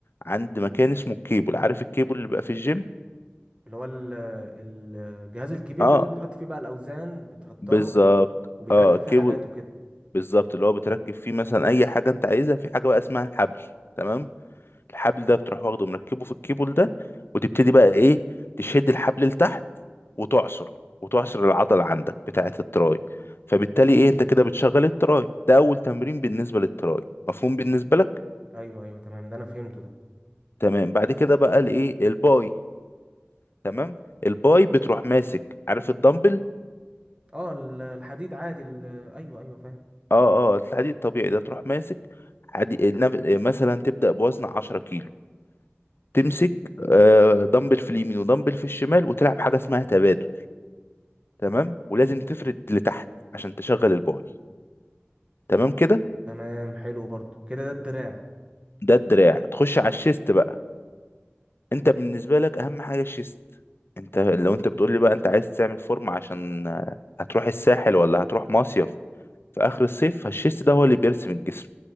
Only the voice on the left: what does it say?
عند مكان اسمه الكيبل عارف الكيبل اللي بيبقى في الجيم
اه
بالظبط
اه كيبل
بالظبط اللي هو بتركب فيه مثلا اي حاجه انت عايزها في حاجه بقى اسمها الحبل تمام الحبل ده بتروح واخده مركبه في الكيبل ده وتبتدي بقى ايه تشد الحبل لتحت وتعصر وتعصر العضله عندك بتاعه التراي فبالتالي ايه انت كده بتشغل التراي ده اول تمرين بالنسبه للتراي مفهوم بالنسبه لك
تمام بعد كده بقى الايه الباي تمام الباي بتروح ماسك عارف الدمبل
اه اه الحديد الطبيعي ده تروح ماسك حدي... نف- مثلا تبدأ بوزن 10 كيلو تمسك آه، دمبل في اليمين ودمبل في الشمال وتلعب حاجة اسمها تبادل تمام ولازم تفرد لتحت عشان تشغل الباي تمام كده
ده الدراع تخش على الشيست بقى انت بالنسبة لك اهم حاجة الشيست انت لو انت بتقول لي بقى انت عايز تعمل فورم عشان آه، هتروح الساحل ولا هتروح مصيف في اخر الصيف فالشيست ده هو اللي بيرسم الجسم